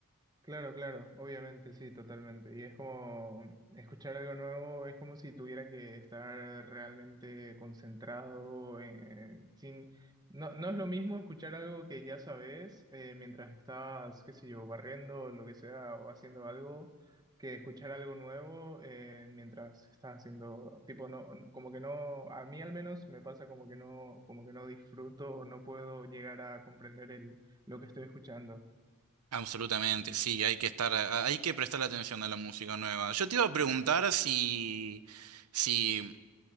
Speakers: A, on the right; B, on the right.
A: Claro, claro, obviamente, sí, totalmente. Y es como escuchar algo nuevo, es como si tuviera que estar realmente concentrado, eh, sin... No, no es lo mismo escuchar algo que ya sabes eh, mientras estás, qué sé yo, barriendo o lo que sea, o haciendo algo, que escuchar algo nuevo eh, mientras estás haciendo, tipo, no, como que no, a mí al menos me pasa como que no, como que no disfruto o no puedo llegar a comprender el, lo que estoy escuchando.
B: Absolutamente, sí, hay que estar, a- hay que prestar atención a la música nueva. Yo te iba a preguntar si, si